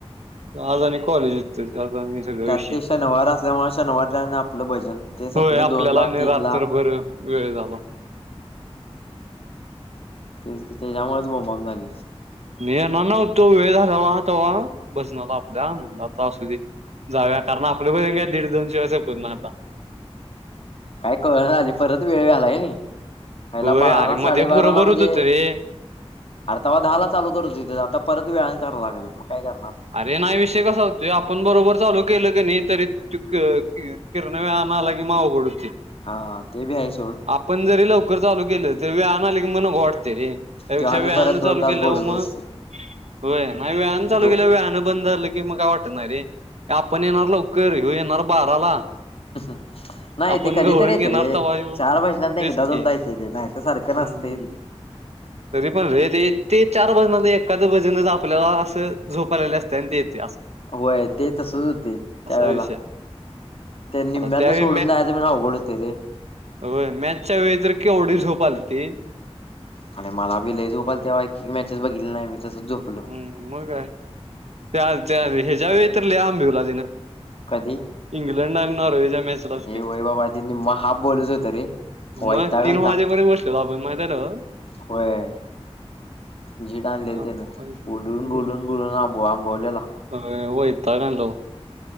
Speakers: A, on the right; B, on the left.
A: आज आणि कॉलेज होत त्यात आणि. सगळा विषय
B: त्यात ते शनिवार असल्यामुळे शनिवार, ज आपलं भजन ते सोपलं
A: होय आपल्याला
B: दोन ला,
A: आणि
B: तीन
A: रात्रभर
B: ला
A: वेळ झाला.
B: तेच की त्याच्यामुळेच बोंबाबोंब झालेली.
A: मी येणार नव्हतो, वेळ झाले ला तवा. <unintelligible> आपल्या म्हण आता असू दे, जाव्या कारण आपल्या पण दीड दोन शिवाय सपट नाही आता.
B: काय कळेल झालीय परत वेळ झालाय कणी नाही पहिला
A: होय
B: बारा
A: अरे
B: साडेबाराला
A: मध्ये पोरं बरं
B: म्हणजे.
A: होत रे
B: अरे तवा दहाला चालू करू होतीत, आता परत वेळाने कराव लागलत, मग काय करणार.
A: अरे नाही विषय कसा होतोय, आपण बरोबर चालू केलं क नाही तरी. <unintelligible> आला की मग अवघड होते <unintelligible>
B: हा, ते बी आहे सोड.
A: आपण जरी लवकर चालू केलं, तरी वेळ आणले की म नको वाटते रे. त्यापेक्षा
B: त्यो आणि
A: वेळानं
B: परत दोन
A: चालू
B: तास
A: केल्यावर
B: बोलत
A: मग,
B: बसतोय
A: होय नाही व्याहन चालू
B: ब्रो
A: के वेळानं बंद झालं की मग काय वाटत नाही रे आपण येणार लवकर हेव येणार बाराला
B: <inaudible> नाही
A: आपण
B: ते कधीतरी
A: गवळण
B: येते
A: घेणार
B: रे,
A: तवा ह्यो
B: चार वर्षातनं
A: तेच
B: एकदा
A: की
B: दोनदा येते ते नाहीत सारखं
A: हम्म
B: नसतय.
A: तरी पण रे, ते ते चार भजना एखाद्या भजनच आपल्याला असं झोपालेले असते आणि ते येते अस.
B: होय ते तसच होतय, त्यावेळेला
A: विषय
B: ते निम्म्यातन
A: आता त्यावेळी
B: सोडून जायच म्हणजे अवघड होतय रे,
A: हो मॅचच्या वेळेला तर की एवढी झोप आलीती.
B: आणि मला बी लई झोप‌ आलती, तेव्हा एक मॅचेस बघितली नाही मी तसच झोपलो.
A: हम् मग काय त्या त्या ह्याच्या वेळी तर लई आंबिवला तिनं.
B: कधी
A: इंग्लंड, नॉर्वेच्या, मॅचलासकी.
B: हे होय बाबा ते निम्मा हाफ बॉलच होत रे वैताग
A: मग तीन
B: आलता
A: वाजेपर्यंत बसलेलो आपण, माहिती नाव.
B: होेय. झीड आणलेली
A: हम्म
B: त्यानं, बोलून बोलून बोलून आब आंबवलेला.
A: होय वैताग आणला बघ.